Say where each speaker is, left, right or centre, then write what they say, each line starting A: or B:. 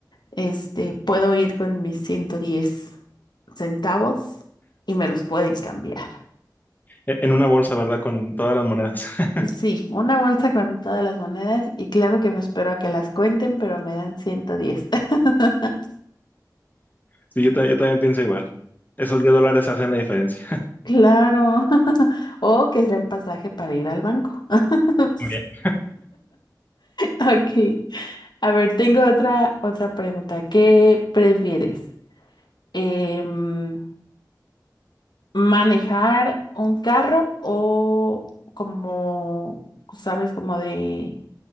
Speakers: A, on the left; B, on the left.
A: este, puedo ir con mis 110 centavos y me los pueden cambiar.
B: E- En una bolsa, ¿verdad? Con todas las monedas. <laughs>
A: Sí, una bolsa con todas las monedas y claro que me espero a que las cuenten, pero me dan 110. <laughs>
B: Sí, yo, ta- yo también pienso igual. Esos 10 dólares hacen la diferencia.
A: Claro. <laughs> O que sea el pasaje para ir al banco. <laughs>
B: <laughs>
A: Ok. A ver, tengo otra, otra pregunta. ¿Qué prefieres? Em, ¿manejar un carro o como, sabes, como de,